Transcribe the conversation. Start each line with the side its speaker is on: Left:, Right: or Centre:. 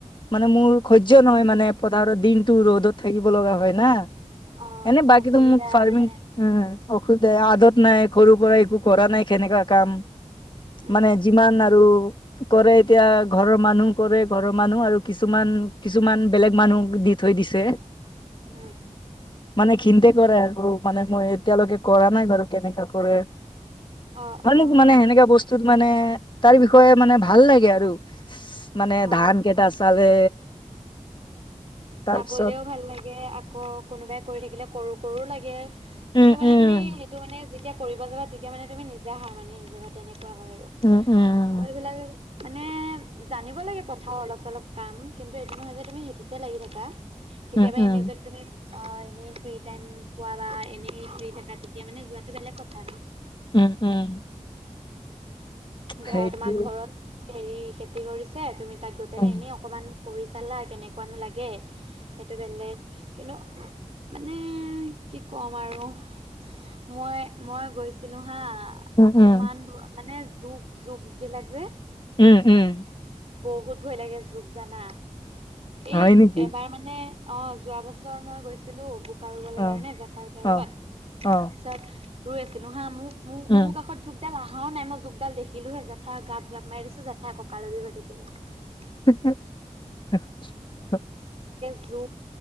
Left: মানে মোৰ নহয় মানে পথাৰৰ দিনতটো ৰ'দত থাকিব লগা হয় না
Right: অ',
Left: এনে বাকীটোো
Right: অসুবিধা
Left: মোক ফাৰ্মিং
Right: মানে
Left: ঔষুধ আদত নাই ঘৰু পৰা কৰা নাই কেনেকাা কাম
Right: উম,
Left: মানে যিমান আৰু কৰে এতিয়া ঘৰৰ মানুহ কৰে ঘৰৰ মানুহ আৰু কিছুমান কিছুমান বেলেগ মানুহ দি থৈ দিছে
Right: উম,
Left: মানে খিন্তে কৰে আৰু মানে মই এতিয়ালৈকে কৰা নাই বাৰু কেনেকাা কৰে
Right: অ',
Left: মন
Right: অ',
Left: মানে সেনেককাা বস্তুত মানে তাৰ বিষয়ে মানে ভাল লাগে আৰু মানে
Right: অ',
Left: ধান কেইটা চালে তাৰপিছত
Right: চাবলেও ভাল লাগে আকৌ কোনোবাই কৰি থাকিলে কৰো কৰো লাগে কিন্তু
Left: উম
Right: মানে
Left: উম
Right: তুমি সেইটো মানে যেতিয়া কৰিব যাবা তেতিয়া মানে তুমি নিজে হাৰ মানি আহি যাবা তেনেকে হয় আৰু
Left: উম উম
Right: আৰু এইবিলাক মানে জানিব লাগে পথা অলপ অলপ কাম কিন্তু এইটো নহয় যে তুমি সেইটোতে লাগি থাকা কেতিয়াবা
Left: উম উম
Right: এনে যে তুমি অ এনেই ফ্ৰী টাইম পোৱা বা এনেই ফ্ৰী থাককা তেতিয়া মানে যোৱাটো বেলেগ কথা নাই
Left: উম উম
Right: ধৰা
Left: সেইটো
Right: তোমাৰ ঘৰত হেৰি খেতি কৰিছে তুমি তাক গৈ পেলাই
Left: উম
Right: এনেই অকমান কৰি চালা কেনেকুৱানো লাগে সেইটো বেলেগ কিন্তু মানে কি ক'ম আৰু মই- মই গৈছিলো হা।
Left: উম
Right: ইমান
Left: উম
Right: মানে জোক- জোক বিলাক যে
Left: উম- উম।
Right: বহুত ভয় লাগে, জোক জানা এই
Left: হয় নেকি
Right: এবাৰ মানে অ', যোৱা বছৰ মই গৈছিলো বু ৰুবলে
Left: অ
Right: কাৰণে জেঠাইহতৰ
Left: অ
Right: লগত
Left: অ
Right: পিছত ৰৈ আছিলো হা মোক মোৰ-
Left: উম
Right: মোৰ কাষত জোকদাল অহাও নাই মই জো দাল দেখিলোহে জেঠাইৰ গাত জাপ মাৰিছো জেঠাই ককালৰ বিষ হৈ থাকিলে।
Left: <unintelligible>
Right: ৰো